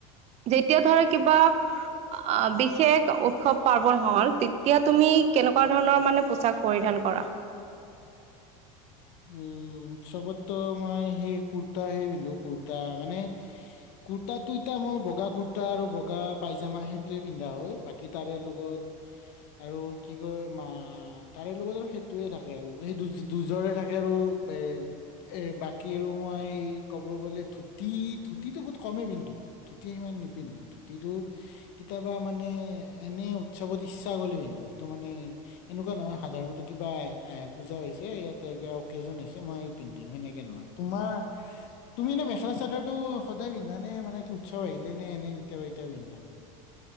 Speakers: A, on the right (about 40°); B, on the left (about 60°).
A: যেতিয়া ধৰা কিবা অ', বিশেষ উৎসৱ পাৰ্বন হ'ল, তেতিয়া তুমি কেনেকুৱা ধৰণৰ মানে পোচাক পৰিধান কৰা?
B: উম, উৎসৱত ত' মই সেই কুৰ্তাহে পিন্ধু, কুৰ্তা মানে কুৰ্তাটো এতিয়া মই, বগা কুৰ্তা আৰু বগা পাইজামা সেইটোয়ে পিন্ধা হয়, বাকী কি তাৰে লগত আৰু কি কয় মা, তাৰে লগত আৰু সেইটোৱে থাকে আৰু, সেই দু-দুযোৰ। ৰে থাকে আৰু এ এ, বাকী আৰু মই ক'ব গ'লে, ধুতি, ধুতিটো বহুত কমেই পিন্ধু। ধুতি সিমান নিপিন্ধো, ধুতিটো কেতিয়াবা মানে, এনে উৎসৱত ইচ্ছা গ'লে পিন্ধো। সেইটো মানে এনেকুৱা নহয় সাধাৰণতে কিবা এ পূজা হৈছে ইয়াত তে অকেজন হৈছে মই পিন্ধিম সেনেকে নহয়। তোমাৰ তুমি এনে মেখেলা চাদৰটো সদায় পিন্ধানে, মানে কি উৎসৱ আহিলে নে, এনে কেতিয়াবা কেতিয়াবা পিন্ধা? <inaudible>